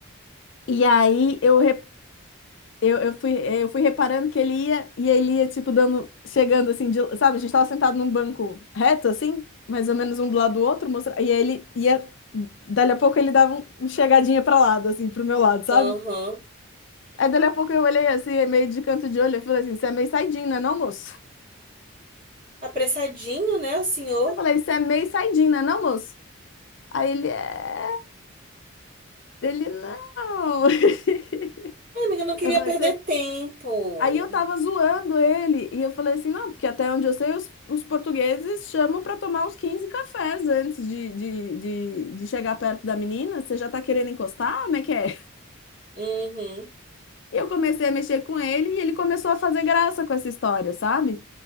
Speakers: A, on the left; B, on the right.
A: E aí eu, re- Eu, eu fui, eu fui reparando que ele ia e ele ia, tipo, dando, chegando assim, de- sabe? A gente tava sentado num banco reto, assim, mais ou menos um do lado do outro, mostra, e aí ele ia, dali a pouco ele dava um, um chegadinha pra lado, assim, pro meu lado, sabe?
B: aham.
A: Aí dali a pouco eu olhei assim, é meio de canto de olho, eu falei assim: você é meio saidinho, né, não, moço?
B: Apressadinho, né, o senhor?
A: Eu falei: você é meio saidinho, né, não, moço? Aí ele é. Ele não. <laughs>
B: Ai, amiga, eu não queria
A: Eu falei:
B: perder tempo.
A: Aí eu tava zoando ele e eu falei assim: não, porque até onde eu sei, os, os portugueses chamam pra tomar uns 15 cafés antes de, de, de, de chegar perto da menina. Você já tá querendo encostar? Como é que é?
B: Uhum,
A: E eu comecei a mexer com ele e ele começou a fazer graça com essa história, sabe?